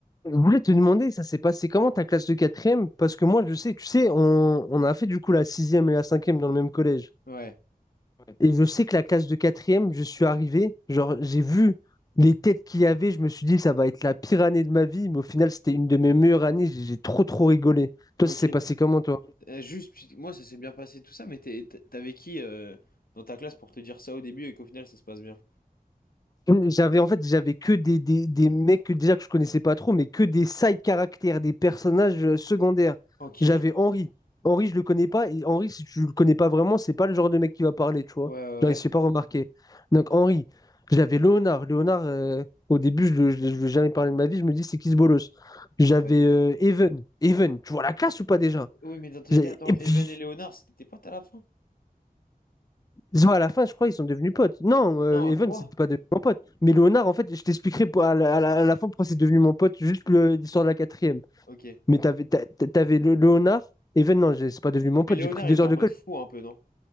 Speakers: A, on the left; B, on the left.
A: Je voulais te demander, ça s'est passé comment ta classe de quatrième? Parce que moi, je sais, tu sais, on, on a fait du coup la sixième et la cinquième dans le même collège.
B: Ouais,
A: Et je sais que la classe de quatrième, je suis arrivé, genre, j'ai vu les têtes qu'il y avait, je me suis dit, ça va être la pire année de ma vie, mais au final, c'était une de mes meilleures années, j'ai j'ai trop, trop rigolé. Toi,
B: ok.
A: ça s'est passé comment, toi?
B: Euh, juste, puis- moi, ça s'est bien passé tout ça, mais t'es- t'es- t'avais qui euh, dans ta classe pour te dire ça au début et qu'au final, ça se passe bien?
A: J'avais en fait j'avais que des, des, des mecs que, déjà que je connaissais pas trop, mais que des side caractères, des personnages euh, secondaires.
B: Ok.
A: J'avais
B: Ouais,
A: Henri. Henri, je le connais pas. Et Henri, si tu le connais pas vraiment, c'est pas le genre de mec qui va parler, tu vois.
B: ouais,
A: Genre,
B: ouais.
A: il s'est pas remarqué. Donc Henri. J'avais Léonard. Léonard, euh, au début, je ne je, je lui ai jamais parlé de ma vie. Je me dis, c'est qui ce bolos? J'avais
B: Ouais.
A: euh, Even. Even, tu vois la classe ou pas déjà?
B: Oui, mais dans tous
A: J'ai-
B: les cas, attends,
A: Et puis,
B: Evan et Léonard, c'était tes potes à la fin?
A: Zo, à la fin, je crois, ils sont devenus potes. Non, euh,
B: Non,
A: Evan,
B: toi?
A: c'était pas devenu mon pote. Mais Léonard, en fait, je t'expliquerai pour- à la, à la- à la fin pourquoi c'est devenu mon pote, juste le- l'histoire de la quatrième.
B: Ok. Et
A: Mais t'avais, t'a- t'a- t'avais Lé- Léonard, Evan, non, j'ai- c'est pas devenu mon pote,
B: Léonard,
A: j'ai pris deux
B: il était
A: heures
B: en
A: de
B: mode
A: colle.
B: fou un peu, non?